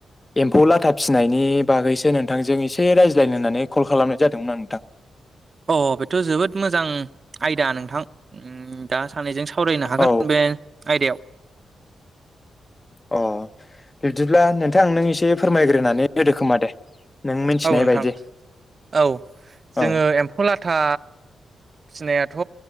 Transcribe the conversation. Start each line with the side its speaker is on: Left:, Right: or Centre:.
Left: एम्फौ लाथा फिसिनायनि बागैसो नोंथांजों एसे रायज्लायनो होननानै कल खालामनाय जादोंमोन आ नोंथां।
Right: अ बेथ' जोबोद मोजां आयदा नोंथां। ओम दा सानैजों सावरायनो हागोन
Left: औ
Right: बे आयदायाव
Left: अ बिब्दिब्ला नोंथांं नों एसे फोरमायग्रोनानै होदो खोमा दे। नों मिथिनाय
Right: औ नोंथां
Left: बायदि
Right: औ जोङो
Left: औ
Right: एम्फौ लाथा फिसिनायाथ'